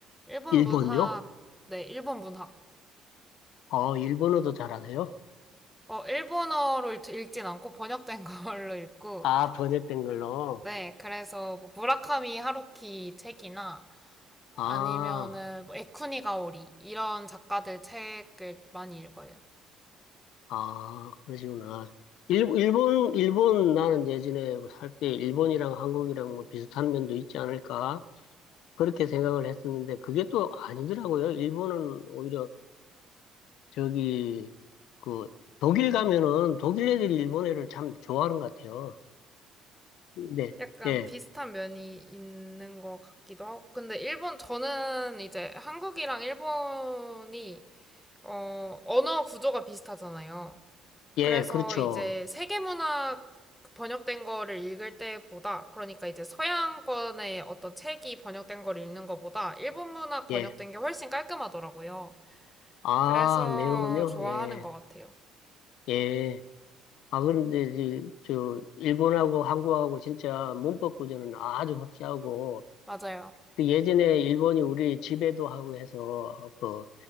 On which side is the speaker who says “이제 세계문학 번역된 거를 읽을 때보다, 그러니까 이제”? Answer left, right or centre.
Centre